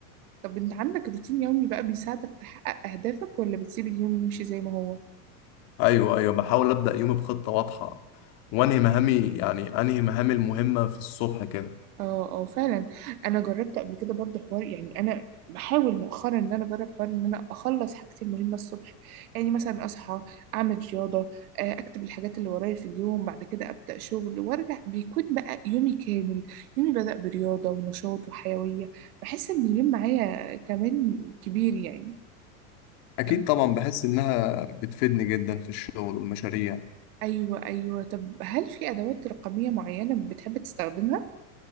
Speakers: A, on the right (about 70°); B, on the left (about 55°).
A: طب انت عندك روتين يومي بقى بيساعدك تحقق اهدافك ولا بتسيب اليوم يمشي زي ما هو
B: أيوه أيوه بحاول أبدأ يومي بخطة واضحة وأنهي مهامي يعني أنهي مهامي المهمة في الصبح كده
A: اه اه فعلا انا جربت قبل كده برضه حوار يعني انا بحاول مؤخرا ان انا اجرب حوار ان انا اخلص حاجتي المهمه الصبح يعني مثلا اصحى اعمل رياضه آه، اكتب الحاجات اللي ورايا في اليوم بعد كده ابدا شغل وارجع بيكون بقى يومي كامل يومي بدا برياضه ونشاط وحيويه بحس ان اليوم معايا كمان كبير يعني
B: أكيد
A: طب
B: طبعا بحس إنها بتفيدني جدا في الشغل والمشاريع
A: ايوه ايوه طب هل في ادوات رقميه معينه بتحب تستخدمها